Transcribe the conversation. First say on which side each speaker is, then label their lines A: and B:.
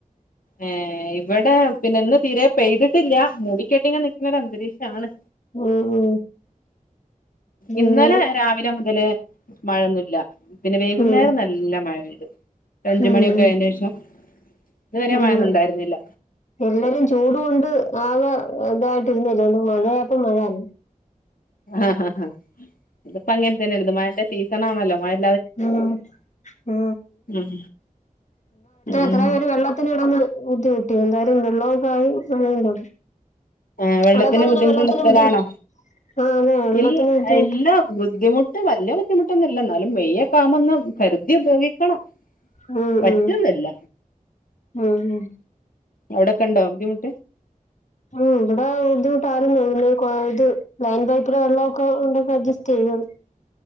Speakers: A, on the left (about 75°); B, on the left (about 55°).
A: ഏ ഇവിടെ പിന്നെ ഇന്ന് തീരെ പെയ് ട്ടില്ല മൂടിക്കെട്ടി ഇങ്ങനെ നിക്കുന്ന അന്തരീഷാണ്
B: ഉം ഉം
A: ഇന്നലെ
B: അങ്ങനെ
A: രാവിലെ മുതല് മഴ ഒന്നും ഇല്ല പിന്നെ വൈകുന്നേരം
B: ഉം
A: നല്ല മഴ പെയ്തു അഞ്ച്
B: ഉം
A: മണിയൊക്കെ ആയതിന് ശേഷം ഇതുവരെ
B: ഉം
A: മഴയൊന്നും ഉണ്ടായിരുന്നില്ല
B: എല്ലാരും ചൂട്‌കൊണ്ട് ആകെ ഇതായിട്ടിരുനല്ലേ ഒന്ന് മഴ ആയപ്പോ മഴന്നെ
A: ആഹ് ഹാ ഹാ <unintelligible> ഇപ്പോ അങ്ങനെ തന്നെ ആരെന്ന് മഴ തീരെ <unintelligible>
B: <unintelligible> ഇവിടെ
A: ഉം ഉം
B: ഇത്രയും പേര് വെള്ളത്തിന് <unintelligible> ബുദ്ധിമുട്ടി എന്താണേലും വെള്ളം വന്നു തുടങ്ങി
A: ഏഹ് വെള്ളത്തിന്
B: അവിടെക്കെയെങ്ങനെ
A: ബുദ്ധിമുട്ടുള്ള
B: വെള്ളത്തിന്
A: സ്ഥലാണോ
B: ബുദ്ധിമു അ അതെ വെള്ളത്തിന്
A: ഇൽ
B: ബുദ്ധിമുട്
A: ഇല്ല ബുദ്ധിമുട്ട് വല്യ ബുദ്ധിമുട്ടൊന്നും ഇല്ല എന്നാൽ മെയ് ഒക്കെ ആകുമ്പോ ഒന്ന് കരുതി ഉപയോഗിക്കണം
B: ഉം
A: പറ്റുന്നില്ല
B: ഉം ഉം ഉം
A: അവിടക്കെണ്ടോ ബുദ്ധിമുട്ട്
B: മ് ഇവിടെ ബുദ്ധിമുട്ടാരുന്ന് പിന്നെ കൊഴ ഇത് ലൈൻ പൈപ്പിലെ വെള്ളം ഒക്കെ ഉണ്ട് അഡ്ജസ്റ്റ് ചെയ്യും